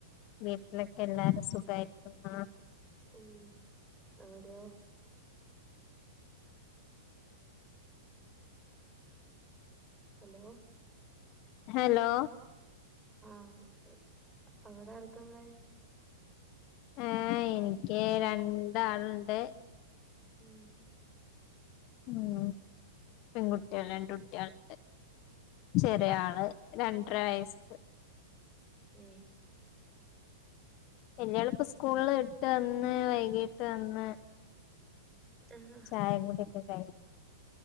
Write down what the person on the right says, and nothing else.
ഉം അവിടെയോ ഹലോ
ആഹ് അവിടെ ആർക്കള്ളെ
ഉം
ആഹ്
ഉം
ആഹ്